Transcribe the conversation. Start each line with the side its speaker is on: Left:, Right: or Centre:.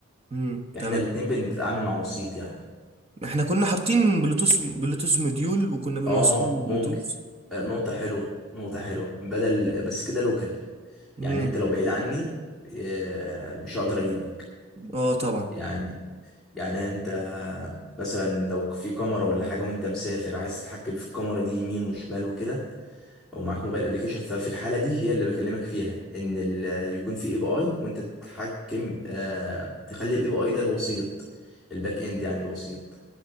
Right: امم
Centre: احنا
Right: تمام
Centre: الاتنين بنتعامل مع وسيط يعني
Right: احنا كنا حاطين بلوتوث بلوتوث موديول وكنا بنوصله
Centre: اه
Right: بالبلوتوث
Centre: ممكن آه، نقطه حلوه نقطه حلوه بدل بس كده لوكال
Right: امم
Centre: يعني انت لو بعيد عني آه، مش هقدر اجيبك
Right: اه طبعا
Centre: يعني يعني انت مثلا لو في كاميرا ولا حاجه وانت مسافر عايز تتحكم في الكاميرا دي يمين وشمال وكده او معاك موبايل ابلكيشن ففي الحاله دي هي اللي بكلمك فيها ان ال- يكون في اي بي اي وانت تتحكم آه تخلي الاي بي اي ده الوسيط الباك اند يعني الوسيط